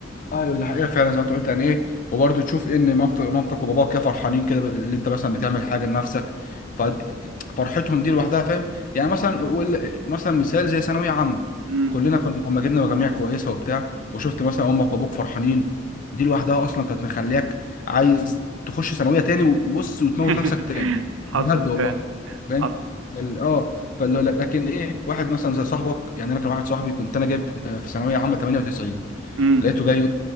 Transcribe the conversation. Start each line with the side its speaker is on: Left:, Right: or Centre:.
Left: ايوه دي حقيقه فعلا زي ما انت قلت يعني ايه وبرضه تشوف ان مامتك مامتك وباباك كده فرحانين كده اللي انت مثلا بتعمل حاجه لنفسك ف- فرحتهم دي لوحدها فاهم يعني مثلا وال- مثلا مثال زي ثانويه عامه
Right: مم.
Left: كلنا كنا لما جبنا مجاميع كويسه وبتاع وشفت مثلا امك وابوك فرحانين دي لوحدها اصلا كانت مخلياك عايز تخش ثانويه تاني وبص وتموت
Right: <laughs>
Left: نفسك تاني
Right: حصل
Left: بجد والله
Right: فعلا
Left: فاهم
Right: حصل
Left: فال- اه فال- لكن ايه واحد مثلا زي صاحبك يعني انا كان واحد صاحبي كنت انا جايب آه، في ثانويه عامه 98
Right: مم.
Left: لقيته جاي